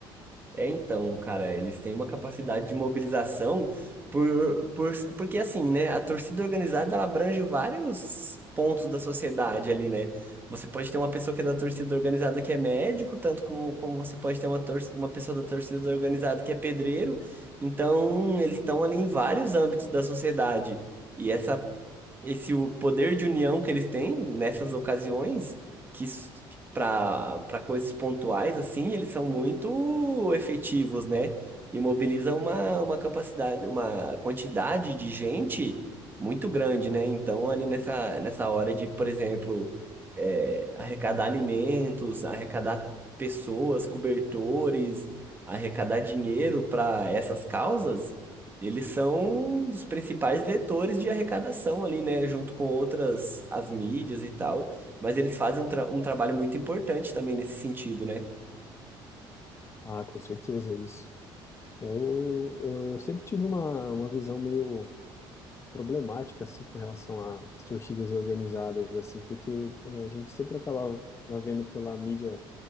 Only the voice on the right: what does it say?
É, então, cara, eles têm uma capacidade de mobilização por, por, porque assim, né, a torcida organizada ela abrange vários pontos da sociedade ali, né? Você pode ter uma pessoa que é da torcida organizada que é médico, tanto como, como você pode ter uma, tor uma pessoa da torcida organizada que é pedreiro. Então, eles estão ali em vários âmbitos da sociedade. E essa, esse o poder de união que eles têm nessas ocasiões, que para para coisas pontuais, assim, eles são muito efetivos, né? E mobilizam uma, uma capacidade, uma quantidade de gente muito grande, né? Então, ali nessa, nessa hora de, por exemplo, é, arrecadar alimentos, arrecadar pessoas, cobertores, arrecadar dinheiro para essas causas, eles são um dos principais vetores de arrecadação ali, né? Junto com outras, as mídias e tal. Mas eles fazem um, tra- um trabalho muito importante também nesse sentido, né?